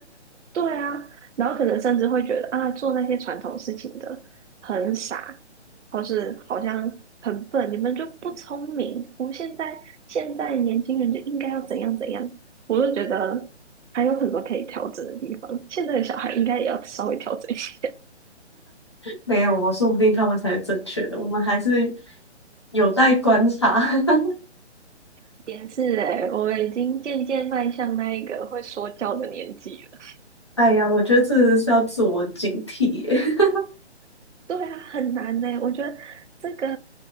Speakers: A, on the right; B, on the left.
A: 对啊，然后可能甚至会觉得啊，做那些传统事情的很傻，或是好像很笨，你们就不聪明。我们现在现在年轻人就应该要怎样怎样，我就觉得还有很多可以调整的地方。现在的小孩应该也要稍微调整一下。
B: 没有哦，说不定他们才是正确的，我们还是有待观察。<laughs>
A: <laughs> 也是诶，我们已经渐渐迈向那一个会说教的年纪了。
B: 哎呀，我觉得这是要自我警惕耶。<laughs>
A: 对啊，很难呢。我觉得这个